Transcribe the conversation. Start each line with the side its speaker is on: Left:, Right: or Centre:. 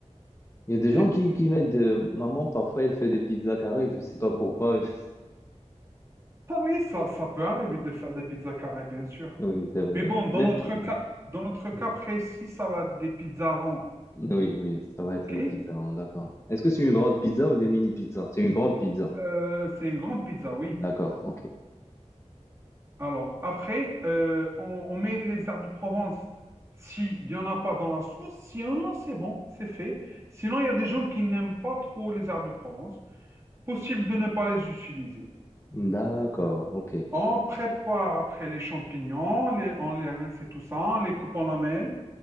Left: Il y a des gens
Right: Et
Left: qui, qui mettent de... Maman, parfois, elle fait des pizzas carrées. Je ne sais pas pourquoi. <laughs>
Right: ça, oui, ça, ça peut arriver de faire des pizzas carrées, bien sûr.
Left: Oui, c'est vrai.
Right: Mais bon, dans
Left: Mais...
Right: notre
Left: mhm.
Right: cas, dans notre cas
Left: Oui.
Right: précis, ça va être des pizzas ronds.
Left: Oui, oui, ça va
Right: OK?
Left: être des
Right: Et
Left: pizzas, hein, d'accord. Est-ce que c'est une grande pizza ou des mini-pizzas? C'est une grande pizza.
Right: euh, c'est une grande pizza, oui.
Left: D'accord, ok.
Right: Alors, après, euh, on, on met les herbes de Provence. S'il n'y en a pas dans la sauce, s'il y en a, c'est bon, c'est fait. Sinon, il y a des gens qui n'aiment pas trop les herbes de Provence. Possible de ne pas les utiliser.
Left: D'accord, ok.
Right: On prépare après les champignons, les- on les rince et tout ça, on les coupe en lamelles